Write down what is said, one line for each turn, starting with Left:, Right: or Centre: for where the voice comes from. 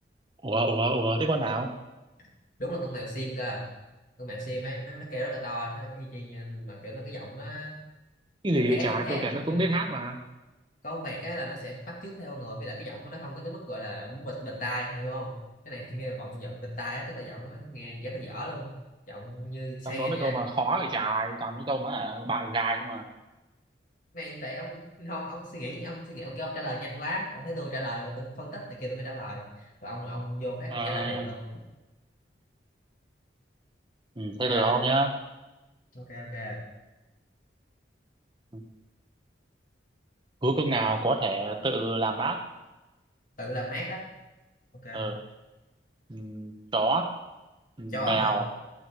Right: ủa ủa ủa thế con nào
Left: <laughs> đúng là con mèo sim cơ con mèo sim ấy nó nó kêu rất là to nó y chang như mà kiểu là cái giọng nó
Right: cái
Left: the
Right: gì
Left: thé
Right: vậy trời
Left: the thé
Right: con vẹt nó
Left: như
Right: cũng biết hát mà
Left: con vẹt á là nó sẽ bắt chước theo người với lại cái giọng của nó không có tới mức gọi là muốn bịt bịt tai hiểu không cái này <laughs> nghe vọng giọng bịt tai á, tức là giọng nó nghe rất là dở luôn giọng như Cheyenne
Right: trong đó mấy câu
Left: vậy
Right: mà
Left: á.
Right: khó vậy trời toàn mấy câu mà hả, bạo gài không mà
Left: này tại ông non ông suy nghĩ ông suy nghĩ ông kêu ông trả lời nhanh quá ông thấy tôi trả lời là tôi phân tích này kia tôi mới trả lời và ông là ông vô phát
Right: À,
Left: ông trả lời liền luôn
Right: ừ,
Left: ok
Right: thế được không nhá?
Left: ok ok
Right: Ừ, Cứ cưng
Left: nào
Right: nào có thể tự làm mát.
Left: tự làm mát á ok
Right: Ờ, ừ, chó, ừ, mèo,
Left: chó hả